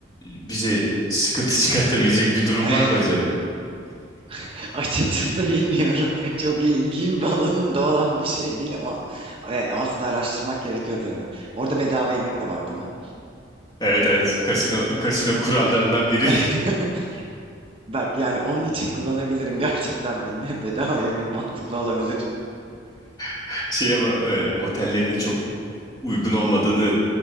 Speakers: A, on the left; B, on the right.
A: bize sıkıntı <laughs> çıkartabilecek bir durum
B: Eh,
A: var mı <laughs>
B: <laughs> Açıkçası bilmiyorum. <laughs> Çok ilgim alanında olan bir şey değil ama e, aslında araştırmak gerekiyor tabii. Orada bedava yemek de var değil mi?
A: Evet evet. Kasino kasino kurallarından biri
B: <laughs> Bak yani onun için kullanabilirim gerçekten. Yani be- bedava yemek mantıklı olabilir.
A: <laughs> şey ama e, otellerinin çok uygun olmadığını